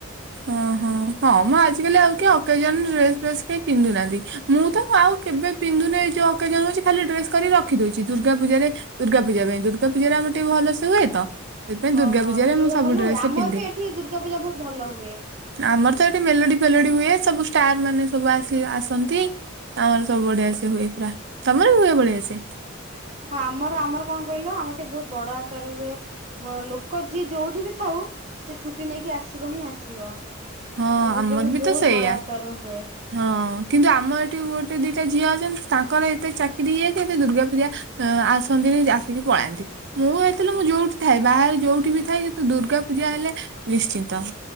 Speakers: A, on the right; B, on the right.
A: ଓହୋ ହଁ ମ ଆଜିକାଲି ଆଉ କି ଅକେଜନ ଡ୍ରେସ୍ ଫେସ୍ କେହି ପିନ୍ଧୁ ନାହାନ୍ତି। ମୁଁ ତ ଆଉ କେବେ ପିନ୍ଧୁନାହିଁ ଯୋଉ ଅକେଜନ ହଉଚି ଖାଲି ଡ୍ରେସ୍ କରିକି ରଖି ଦଉଚି ଦୁର୍ଗା ପୂଜାରେ ଦୁର୍ଗା ପୂଜା ପାଇଁ ଦୁର୍ଗା ପୂଜାରେ ଆମର ଟିକେ ଭଲସେ ହୁଏ ତ। ସେଥିପାଇଁ
B: ହଁ
A: ଦୁର୍ଗା
B: ହଁ
A: ପୂଜାରେ
B: ଦୁର୍ଗାପୂଜା
A: ମୁଁ ସବୁ
B: ଭଲ
A: ଡ୍ରେସ
B: ହୁଏ ଆମର
A: ପିନ୍ଧେ
B: ବି ଏଠି ଦୁର୍ଗା ପୂଜା ବହୁତ୍ ଭଲ। ହୁଏ।
A: ଆମର ତ ଏଠି ମେଲୋଡି ଫେଲୋଡି ହୁଏ ସବୁ ଷ୍ଟାର ମାନେ ସବୁ ଆସି ଆସନ୍ତି। ଆମର ସବୁ ବଢିଆସେ ହୁଏ ପୁରା ତମର ବି ହୁଏ ବଢ଼ିଆସେ।
B: ହଁ ଆମର ଆମର କଣ କହିଲ ଆମର ଟିକେ ବହୁତ୍ ବଡ ଆକାର ହୁଏ। ଲୋକ ଯିଏ ଯୋଉଠି ବି ଥାଉ ସେ ଛୁଟି ନେଇକି ଆସିବ ହିଁ ଆସିବ।
A: ହଁ
B: ଆମ ଦୁର୍ଗାପୁର୍
A: ଆମର ବି
B: ବହୁତ୍
A: ତ ସେଇଆ
B: ବଡ ଆକାର ରେ ହୁଏ।
A: ହଁ କିନ୍ତୁ ଆମ ଏଠି ଗୋଟେ ଦିଟା ଝିଅ ଅଛନ୍ତି ତାଙ୍କର ଏତେ ଚାକିରି ହେଇଯାଇଚି ଏ ଦୁର୍ଗା ପୂଜା ଅ ଆସନ୍ତିନି ଆସିକି ପଳାନ୍ତି। ମୁଁ ହେଇଥିଲେ ମୁଁ ଯୋଉଠି ଥାଏ ବାହାରେ ଯୋଉଠି ବି ଥାଏ କିନ୍ତୁ ଦୁର୍ଗା ପୂଜା ହେଲେ ନିଶ୍ଚିନ୍ତ